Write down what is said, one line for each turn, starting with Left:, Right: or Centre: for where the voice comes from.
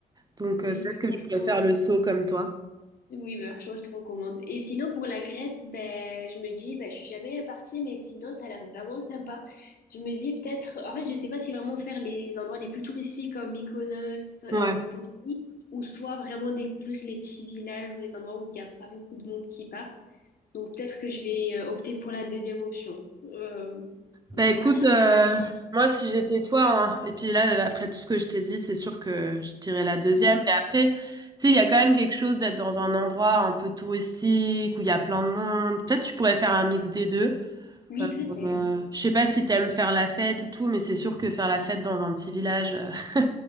Right: Donc
Left: Oui,
Right: euh, peut-être
Left: mais
Right: que
Left: franchement.
Right: je pourrais faire le saut comme toi.
Left: Oui, franchement, je te recommande. Et sinon, pour la Grèce, ben, je me dis, ben, je suis jamais partie, mais sinon, ça a l'air vraiment sympa. Je me dis peut-être, en fait, je sais pas si vraiment faire les endroits les plus touristiques comme Mykonos, euh,
Right: Ouais.
Left: Santorini, ou soit vraiment découvrir les petits villages ou les endroits où il n'y a pas beaucoup de monde qui part. Donc, peut-être que je vais euh, opter pour la deuxième option. Euh,
Right: Bah écoute,
Left: partir
Right: euh,
Left: à la
Right: moi si j'étais toi, hein, et puis là, euh, après tout ce que je t'ai dit, c'est sûr que je dirais la deuxième.
Left: découverte.
Right: Mais après, tu sais, il y a quand même quelque chose d'être dans un endroit un peu touristique où il y a plein de monde. Peut-être tu pourrais faire un mix des deux.
Left: Oui,
Right: Euh,
Left: peut-être.
Right: euh, je sais pas si t'aimes faire la fête et tout, mais c'est sûr que faire la fête dans un petit village, euh, <laughs>